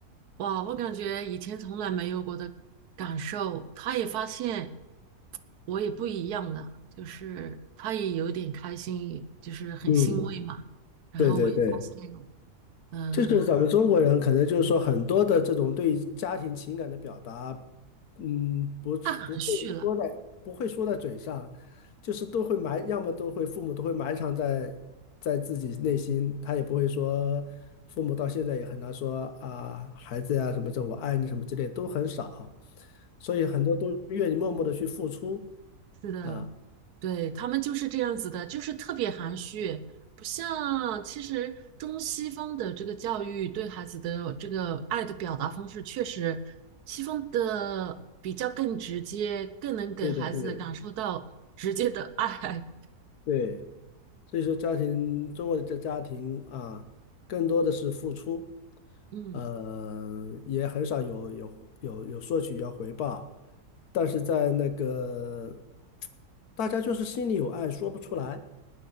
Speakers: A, on the right; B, on the left.
A: 哇，我感觉以前从来没有过的感受。他也发现我也不一样了，就是他也有点开心，就是很欣慰嘛。
B: 嗯，
A: 然后我也发现，
B: 对对对。
A: 嗯、
B: 就是咱们中国人可能就是说很多的这种对于家庭情感的表达，嗯，不是不会说在不会说在嘴上，
A: 含蓄了。
B: 就是都会埋，要么都会父母都会埋藏在在自己内心，他也不会说，父母到现在也很难说啊，孩子呀、什么这我爱你什么之类都很少，所以很多都愿意默默的去付出
A: 嗯。是的，
B: 啊，
A: 对，他们就是这样子的，就是特别含蓄，不像其实中西方的这个教育对孩子的这个爱的表达方式，确实西方的比较更直接，更能给孩子感受到直接的爱。
B: 对的对对。所以说，家庭，中国的这家庭啊，更多的是付出，
A: <laughs> 嗯。
B: 呃，也很少有有有有索取要回报，但是在那个大家就是心里有爱，说不出来。